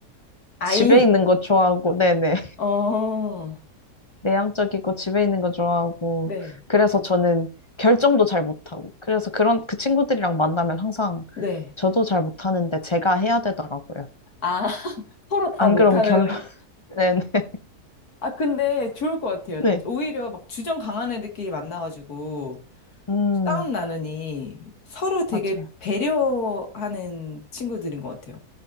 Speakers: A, on the left; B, on the left.
A: 아이.
B: 집에 있는 거 좋아하고, 네네.
A: 어.
B: 내향적이고 집에 있는 거 좋아하고
A: 네.
B: 그래서 저는 결정도 잘 못하고 그래서 그런 그 친구들이랑 만나면 항상
A: 네.
B: 저도 잘 못하는데 제가 해야 되더라고요.
A: 아, <laughs> 서로 다
B: 안
A: 못하는.
B: 그럼 결론 <laughs> 네네
A: 아, 근데 좋을 것 같아요.
B: 네.
A: 오히려 막 주전 강한 애들끼리 만나가지고
B: 음
A: 싸움 나느니 서로 되게
B: 맞아요.
A: 배려하는 친구들인 것 같아요.